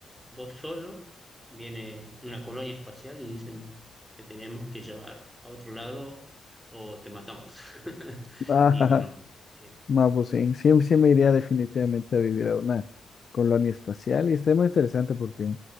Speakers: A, in the centre; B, on the left.
A: Vos solo, viene una colonia espacial y dicen, te tenemos que llevar a otro lado o te matamos. <laughs>
B: Ah,
A: Y bueno,
B: <laughs>
A: es-
B: no, pues sí, sí, sí me iría definitivamente a vivir a una colonia espacial y está muy interesante porque, o